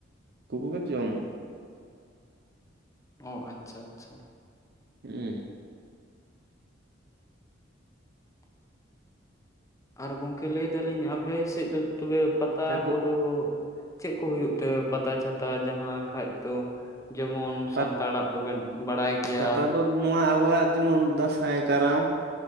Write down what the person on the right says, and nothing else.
ᱩᱱᱠᱩ ᱠᱚᱜᱮ ᱡᱚᱢ
ᱩᱸ
ᱛᱟᱨᱯᱚᱨ
ᱯᱟᱛ
ᱯᱟᱛᱟ ᱫᱚ ᱱᱚᱣᱟ ᱟᱵᱚᱣᱟᱜ ᱡᱮᱢᱚᱱ ᱫᱟᱸᱥᱟᱭ ᱠᱟᱨᱟᱢ